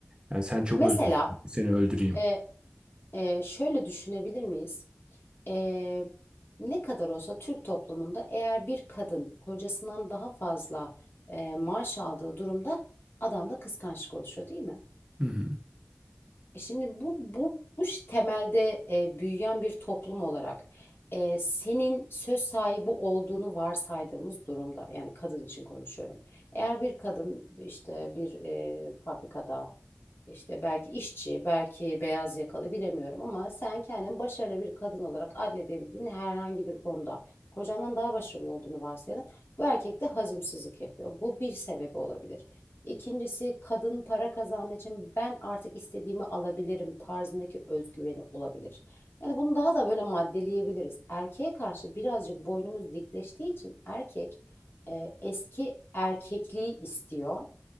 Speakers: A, on the right; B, on the left.
A: Yani sen çok
B: Mesela
A: özgürsün, seni öldüreyim.
B: e, e, şöyle düşünebilir miyiz? E, ne kadar olsa Türk toplumunda eğer bir kadın kocasından daha fazla e, maaş aldığı durumda adamda kıskançlık oluşuyor değil mi?
A: Hı hı.
B: E Şimdi bu bu bu ş- temelde e, büyüyen bir toplum olarak e, senin söz sahibi olduğunu varsaydığımız durumda yani kadın için konuşuyorum. Eğer bir kadın işte bir e, fabrikada işte belki işçi belki beyaz yakalı bilemiyorum ama sen kendini başarılı bir kadın olarak adledebildiğin herhangi bir konuda kocandan daha başarılı olduğunu varsayalım. Bu erkek de hazımsızlık yapıyor. Bu bir sebebi olabilir. İkincisi kadın para kazandığı için ben artık istediğimi alabilirim tarzındaki özgüveni olabilir. Yani bunu daha da böyle maddeleyebiliriz. Erkeğe karşı birazcık boynumuz dikleştiği için erkek e, eski erkekliği istiyor.